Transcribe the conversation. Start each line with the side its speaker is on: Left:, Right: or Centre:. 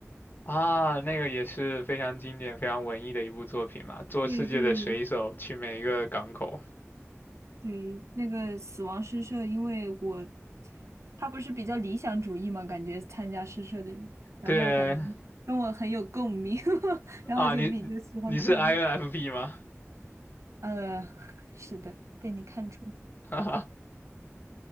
Left: 啊，那个也是非常经典、非常文艺的一部作品嘛，做世界的水手去每一个港口。
Right: <laughs> 对对对，那个《死亡诗社》，因为我他不是比较理想主义嘛，感觉参加诗社的人，然后感觉跟我很有共鸣，
Left: 对
Right: <laughs> 然后就比较喜欢看那个。
Left: 啊，你你是 INFP 吗？<laughs>
Right: 呃，<laughs> 是的，被你看穿，
Left: 哈哈，